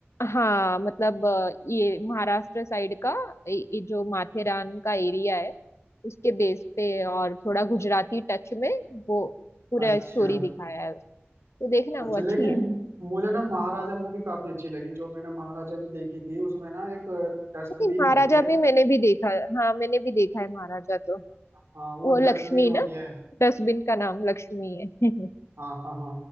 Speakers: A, on the left; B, on the right.
A: हाँ मतलब अ, ये महाराष्ट्र साइड का ये ये जो माथेरान का एरिया है उसके बेस पे और थोड़ा गुजराती टच में वो पूरा
B: अच्छा
A: स्टोरी दिखाया है तो देखना
B: अच्छा
A: वो अच्छी
B: लेकिन
A: है
B: मुझे ना महाराजा मूवी काफी अच्छी लगी जो मैंने महाराजा भी देखी थी उसमें ना एक डस्टबिन
A: नहीं,
B: होती
A: महाराजा
B: है
A: भी मैंने भी देखा है हाँ मैंने भी देखा है महाराजा तो
B: हाँ वो
A: वो
B: डस्टबिन
A: लक्ष्मी
B: होती
A: ना
B: है
A: डस्टबिन का नाम लक्ष्मी है <laughs>
B: हाँ हाँ हाँ